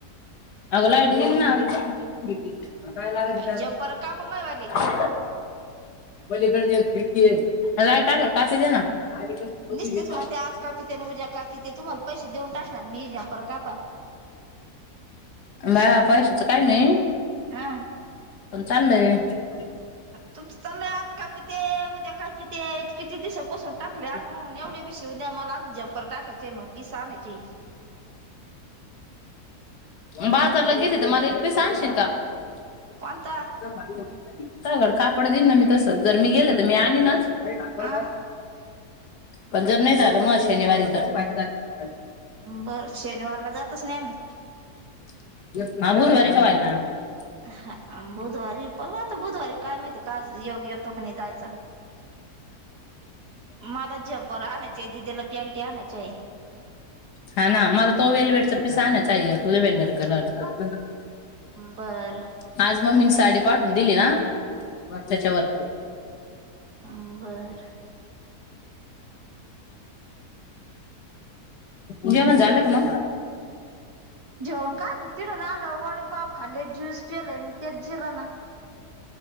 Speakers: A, on the left; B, on the right.
A: अग लाईट गेली ना <unintelligible> ह काय लागेल त्याला,
B: जम्पर कापा मायवाले
A: पलीकडची खिडकीय. लाईट आलेय. <unintelligible> ना अलीकडची छोटी
B: निसतेच
A: भीती
B: म्हणत्या आज कापिते न उद्या कापिते तुम्हाल पैसे देऊन टाकणार मी जम्पर कापा. <unintelligible>
A: बाया पैशाचं काही नाही
B: हा.
A: पण चाललय. <inaudible>
B: तुमच चाललय आज कपिते उ त्या काय कितीयत किती दिसत पसून
A: लाईट
B: टाकल्या आणून एवढे बी शिवून द्या मला. जम्पर टाकयचे, मग पीस आणायचे.
A: बाजारला गेली त मला एक पीस आणशील का? <unintelligible>
B: कोणता
A: कड कापड देईन ना मी तस. जर मी गेले तर मी आणीनच. <unintelligible>
B: आ
A: पण जर नाही झाल म शनिवारी <unintelligible>
B: बर शनिवारला जातच नाय मी.
A: <unintelligible>
B: आहा बुधवारी पाहू आता बुधवारी काय माहिती का योग्य येतो का नाही जायचा. मला जम्पर आणायचेय दीदीला पॅन्टी आणायचेय.
A: हा ना मला तो वेलवेटचा पिस आणाच ताई एक लेवेंडर कलरचा
B: बर
A: आज मम्मी नी साडी पाठहून दिली ना त्याच्यावर
B: हा बरं.
A: जेवण
B: चाल
A: झालं का मग?
B: जेवण का ग तिडून आलं वडे पाव खाल्लेत ज्यूस प्यालायम ते जिरना